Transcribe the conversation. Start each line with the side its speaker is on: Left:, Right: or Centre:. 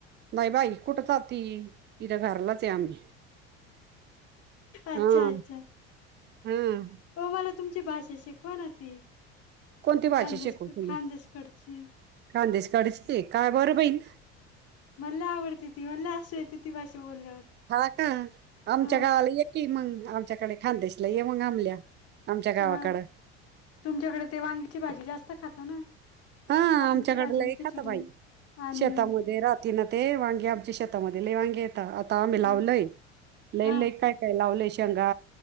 Right: नाही बाई कुठ जाती इथं घरलाच आहे आम्ही?
Left: अच्छा
Right: हम्
Left: अच्छा
Right: हम्म.
Left: हो मला तुमची भाषा शिकवा ना ती
Right: कोणती भाषा
Left: खानदेश
Right: शिकू तुला
Left: खानदेशकडची
Right: खानदेश काडची काय बरं बाई?
Left: मला लई आवडते ती मला असू येते ती भाषा बोलल्यावर
Right: हा का आमच्या
Left: हा
Right: गावाला ये की मग आमच्याकडे खांदेशला ये मग आमल्या आमच्या गावाकडं
Left: हा तुमच्याकडे ते वांगीची भाजी जास्त खातं ना.
Right: हा
Left: वांग्याची
Right: आमच्याकडला
Left: भाजी आणि
Right: एक
Left: खिचडी
Right: हाता बाई.
Left: आणि
Right: शेतामध्ये राहाती ना ते वांगी आमच्या शेतामध्ये लई वांगी येत आता आम्ही
Left: हा
Right: लावलय. लई
Left: हा
Right: लई काय काय लावले शेंगा,